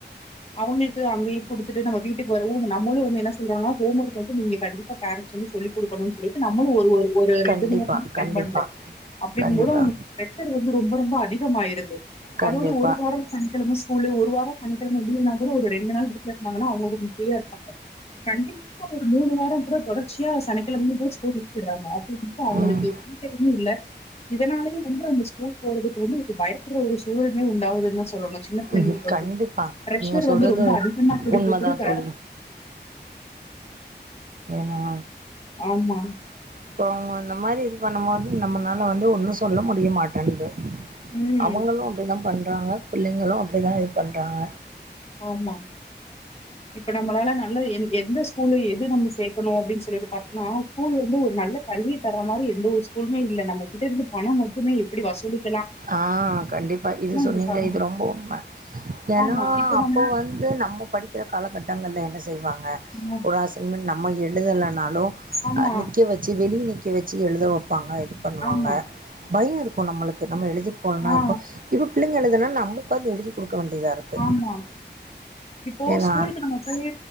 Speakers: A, on the left; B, on the right.
A: அவங்களுக்கு அங்கயையும் கொடுத்துட்டு நம்ம வீட்டுக்கு வரவோ நம்ளும் வந்து என்ன சொல்றாங்கா ஹோம் ஒர்க் வந்து நீங்க கண்டிப்பா பேரண்ட்ஸ் வந்து சொல்லி கொடுக்கணும்னு சொல்லிட்டு நம்மளும் ஒருஒரு ஒரு ரெண்டு
B: கண்டிப்பா
A: மூணு நேரமா ஸ்பன்
B: கண்டிப்பா
A: பண்றோம் அப்படிங்
B: கண்டிப்பா
A: போதும் அவங்க பிரஷர் வந்து ரொம்ப ரொம்ப அதிகமா ஆயிடுது
B: கண்டிப்பா
A: அதோடு ஒரு நேரம் சன் தினமு ஸ்கூலு ஒரு வார சனிக்கிழ <unintelligible> கூட ஒரு ரெண்டு நாள் வீட்ல இருதங்கன அவங்க ஃப்ரியா கண்டிப்பா ஒரு மூணு வாரம் கூட தொடர்ச்சியா சனிக்கிழமையும் கூட ஸ்கூல் வெச்சடுறாங்க இப்ப அவங்களுக்கு
B: ம்
A: இன்டர்வியூ ம் இல்ல இதனாலயே வந்து அந்த ஸ்கூல் போறதுக்கு வந்து பயக்குற ஒரு சூழம உண்டாகு வந்து என்ன சொல்லணும் சின்ன பிள்ளைங்கு
B: ம்
A: வந்து
B: கண்டிப்பா
A: பிரஷர்
B: நீங்க
A: வந்து
B: சொல்றது
A: ரொம்ப அதிகமாக குடுக்க
B: உண்மைதான்
A: குடுக்க
B: தோழி ஏன்னா
A: ஆம்மா
B: இப்ப அவங்க அந்த மாரி இது பண்ணும் போது நம்ம அதனால வந்து ஒன்னும் சொல்ல முடியமாட்டேன்து
A: ம்
B: அவுங்களும் அப்டித்தான் பண்றாங்க பிள்ளைங்களும் அப்படிதான் இதுப் பண்றாங்க
A: ஆம்மா இப்ப நம்மளால நல்ல எந்எந்த ஸ்கூல்ல எது நம்ம சேக் பன்னுவோம் அப்படினு சொல்லிட்டு நான் ஸ்கூல்ல இருந்து ஒரு நல்ல கல்வி தர மாதிரி எந்த ஒரு ஸ்கூலுமே இல்ல நம்ம கிட்ட இருந்து பணம் மட்டுமே எப்படி வசூலிக்
B: ஆஹ் கண்டிப்பா இது சொன்னீங்களே
A: இருக்காங்க
B: இது ரொம்ப உண்மை ஏன்னா
A: ஆமா இப்ப
B: அப்போ
A: நம்ம
B: வந்து நம்ம படிக்கிற காலகட்டங்கள்ல என்ன செய்வா ங்க
A: ம்.
B: ஒருஅசைமெண்ட் நம்ம எழுதலனால் ஹலோ
A: ஆமா
B: நிக்க வச்சி வெளியே நி நிக்க வச்சு எழுத வப் பாங்க இது பண்ணுவாங்க
A: ஆமா
B: பயம் இருக்கும் நம்மளுக்கு நம்ம எழுதிட்டு போலனா
A: ஆ
B: இப்ப இப்ப பிள்ளை எழுது இப்ப எல்லாம் நம்ம உக்காந்தி எழுதி கொடுக் க வேண்டியதா இருக்கு
A: ஆமா இப்போ
B: ஏன்னா
A: ஸ்கூலுக்கு நம்ம போய்